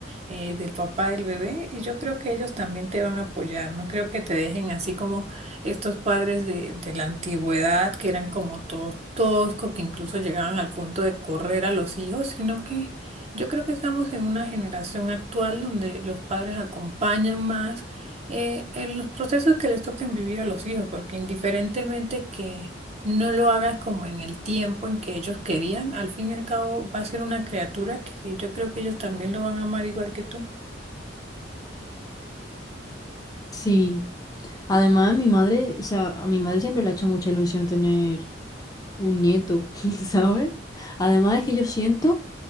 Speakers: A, on the right; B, on the left.
A: eh, del papá del bebé, y yo creo que ellos también te van a apoyar, no creo que te dejen así como estos padres de, de la antigüedad, que eran como todos toscos, que incluso llegaban al punto de correr a los hijos, sino que yo creo que estamos en una generación actual donde los padres acompañan más. eh, en los procesos que les toquen vivir a los hijos, porque indiferentemente que, no lo hagas como en el tiempo en que ellos querían. Al fin y al cabo va a ser una criatura que yo creo que ellos también lo van a amar igual que tú.
B: Sí, además mi madre, o sea, a mi madre siempre le ha hecho mucha ilusión tener un nieto, <laughs> ¿sabes? Además es que yo siento,